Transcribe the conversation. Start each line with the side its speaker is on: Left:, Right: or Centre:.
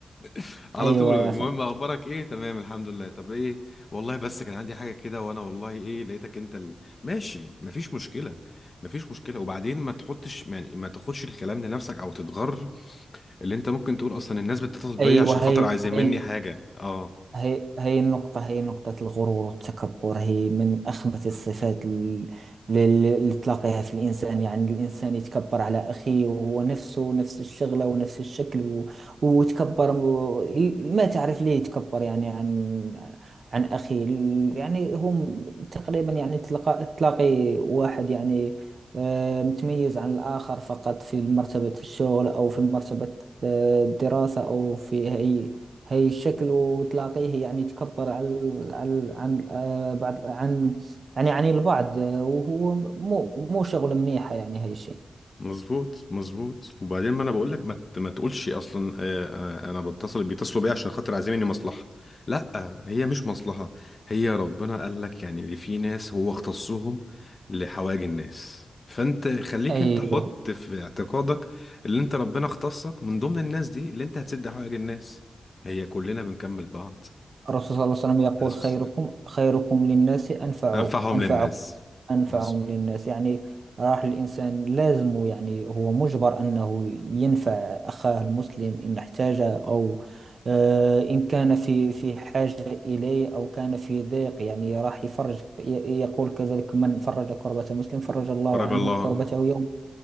Left: <laughs> على
Right: أيوة
Left: طول
Right: يا
Left: المهم
Right: أخي
Left: اخبارك ايه تمام الحمد لله طب ايه والله بس كان عندي حاجه كده وانا والله ايه لقيتك انت ال... ماشي مفيش مشكله مفيش مشكله وبعدين ما تحطش يعني ما تاخدش الكلام لنفسك او تتغر اللي انت ممكن تقول اصلا الناس بتتصل بيا
Right: أيوة
Left: عشان خاطر
Right: هي
Left: عايزين
Right: هي
Left: مني حاجه اه
Right: هي هي النقطة هي نقطة الغرور والتكبر هي من أخبث الصفات ال- ال- اللي تلاقيها في الإنسان يعني الإنسان يتكبر على أخيه وهو نفسه نفس الشغلة ونفس الشكل و- ويتكبر و- ي- ما تعرف ليه يتكبر يعني عن عن أخيه ال- يعني هم تقريبا يعني تلقى تلاقي واحد يعني آه، متميز عن الآخر فقط في مرتبة الشغل أو في مرتبة آه، الدراسة أو في هي هي الشكل وتلاقيه يعني تكبر على ال- على ال- عن آه، بعض عن يعني عن البعض آه، وهو مو مو شغل منيحة يعني هي الشيء
Left: مظبوط مظبوت وبعدين ما انا بقول لك ما, ت- ما تقولش اصلا آه آه انا بتصل بيتصلوا بيا عشان خاطر عايزين مني مصلحه لا هي مش مصلحه هي ربنا قال لك يعني اللي في ناس هو اختصهم لحوائج الناس فانت خليك
Right: أيوة
Left: انت حط في اعتقادك اللي انت ربنا اختصك من ضمن الناس دي اللي انت هتسد حوائج الناس هي كلنا بنكمل بعض
Right: الرسول صلى الله عليه وسلم يقول
Left: عليه الصلاة
Right: خيركم
Left: والسلام.
Right: خيركم للناس أنفع
Left: انفعهم للناس
Right: أنفعهم
Left: مظبوط
Right: للناس يعني راح الإنسان لازم يعني هو مجبر أنه ينفع أخاه المسلم إن احتاج أو آه، إن كان في في حاجة إليه أو كان في ضيق يعني راح يفرج ي- يقول كذلك من فرج كربة مسلم فرج الله
Left: بارك
Right: عنه
Left: الله
Right: كربته يوم